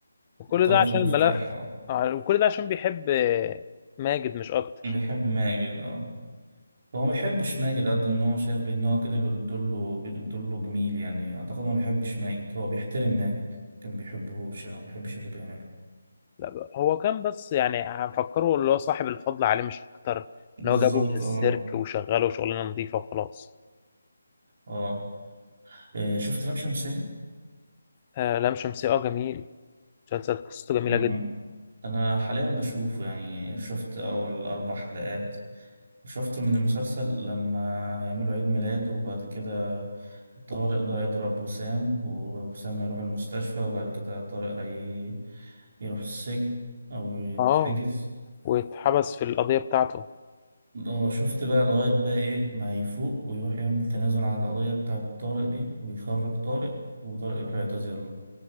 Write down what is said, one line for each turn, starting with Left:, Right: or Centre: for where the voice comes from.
Left: وكل
Right: قطايف
Left: ده عشان
Right: مفتاح
Left: الملف
Right: اه
Left: آه، وكل ده عشان بيحب آه، ماجد مش أكتر
Right: بيحب ماجد اه هو ما بيحبش ماجد قد ان هو شايف بان هو كده بيرد له بيرد له جميل يعني اعتقد هو ما بيحبش ماجد هو بيحترم ماجد كان بيحبهوش يعني ما بيحبش اللي بيعمله
Left: لا بقى، هو كان بس يعني هنفكره اللي هو صاحب الفضل عليه مش أكتر
Right: بالظبط
Left: إن هو جابه من السيرك
Right: اه
Left: وشغله شغلانة نظيفة وخلاص
Right: اه آه، شفت لام شمسية
Left: آه لام شمسية أه جميل مسلسل قصته جميلة
Right: مم.
Left: جدا
Right: انا حاليا بشوفه يعني شفت اول اربع حلقات شفت من المسلسل لما يعملوا عيد ميلاد وبعد كده طارق ده يضرب وسام ووسام هيروح المستشفى وبعد كده طارق هي يروح السجن او يتحجز
Left: أه واتحبس في القضية بتاعته
Right: اه شفت بقى لغاية بقى ايه ما يفوق ويروح يعمل تنازل على القضية بتاعة طارق دي ويخرج طارق وطارق يروح يعتذر له